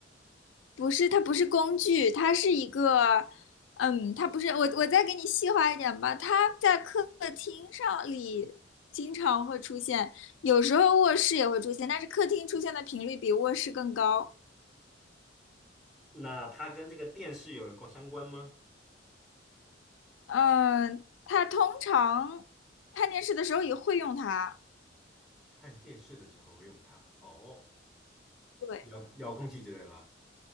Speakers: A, on the left; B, in the centre.
A: 不是它不是工具，它是一个，嗯，它不是我我再给你细化一点吧，它在客厅上里经常会出现，有时候卧室也会出现，但是客厅出现的频率比卧室更高，
B: 那它跟这个电视有关相关吗？
A: 嗯，它通常看电视的时候也会用它，
B: 看电视的时候会用它，哦，
A: 对，
B: 遥遥控器之类的